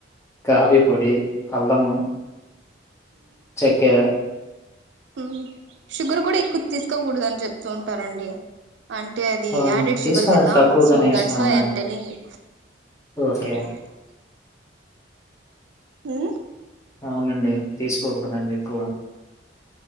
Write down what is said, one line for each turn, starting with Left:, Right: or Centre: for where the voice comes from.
Left: కాఫీ పొడి కాల్దామా చక్కెర
Right: హ్మ్ షుగర్ కూడా ఎక్కువ తీసుకోకూడదు అని చెప్ తుంటారండి అంటే అది
Left: అవునండి
Right: యాడెడ్
Left: తీసుకున్నాడు
Right: షుగర్ కదా
Left: తక్కువగానే
Right: సో
Left: వేసుకున్నావునండి.
Right: దట్స్ వై ఐ ఎమ్ టెలింగ్ యు
Left: ఓకే
Right: బెల్లం ఎక్కు ఉ
Left: అవునండి తీసుకోకూడదండి ఎక్కువ